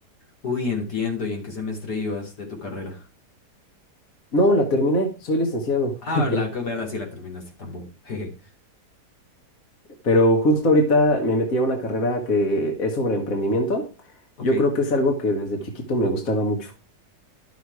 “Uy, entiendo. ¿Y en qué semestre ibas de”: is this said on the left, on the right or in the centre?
Left